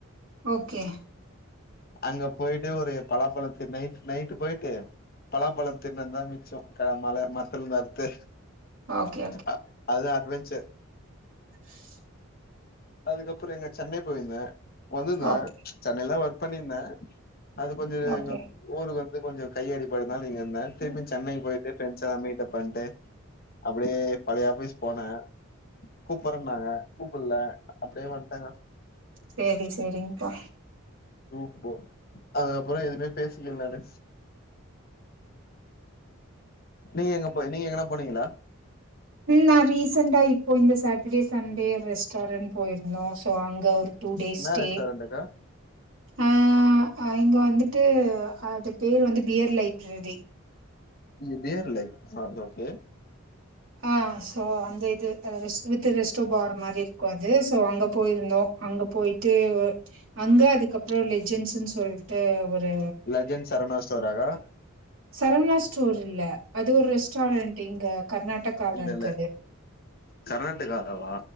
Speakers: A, on the right; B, on the left.
A: ஓகே
B: அங்க போயிட்டு ஒரு பலாப்பழத்து நைட் நைட்டு் போயிட்டு பழாம்பழத்த தின்னது தா மிச்சம் மல மரத்தல இருந்து அறுத்து
A: ஓகே
B: ஆ அது அட்வெஞ்சர்
A: ஸ்
B: அதுக்கப்புறம் எங்க சென்னை போயிந்தேன் வந்துருந்தேன்
A: ஓகே
B: சென்னைலதா ஒர்க் பண்ணியிருந்தேன் அது கொஞ்ச
A: ஓகே
B: ஊருக்கு வந்து கொஞ்ச கை அடிப்படுதுனால இங்க இருந்தே திரும் சென்னைக்கு போயிட்டு பிரண்ட்ஸ்ல்லாம் மீட்டப் பண்ணிட்டு அப்படியே பழைய ஆஃபீஸ் போனேன் கூப்பற்ன்னாங்க கூப்பிடல அப்படியே வண்ட்டங்க
A: சேரி சேரிங்பா
B: ப்ப அதுக்கப்புற எதுவுமே பேசிக்கல நானு நீங்க எங்க நீங்க எங்கனா போனீங்களா
A: நான் ரீசென்டா இப்போ இந்த சாட்டர்டே சண்டே ரெஸ்டாரன் போயிருந்தோ சோ அங்க ஒரு டூ டேஸ்
B: என்னா
A: ஸ்டே
B: ரெஸ்டாரண்ட்டுக்கா
A: ஆ இங்க வந்துட்டு அது பேர் வந்து பியர் லைப்ரரி
B: இது பியர் லைட் ஓகே
A: ஆ ஸோ அந்த இது அ ரெஸ் வித் ரெஸ்ட்டு பார் மாதிரி இருக்கும் அது ஸோ அங்கே போயிருந்தோம் அங்க போயிட்டு அங்க அதுக்கப்புறம் லெஜென்ஸ்ன்னு சொல்லிட்டு ஒரு
B: லெஜன் சரவணா ஸ்டோராக்கா
A: சரவணா ஸ்டோர் இல்ல அது ஒரு ரெஸ்டாரண்ட் இங்க கர்நாடகால
B: இல்ல
A: இருக்கு
B: இல்ல
A: அது
B: கர்நாடகாவா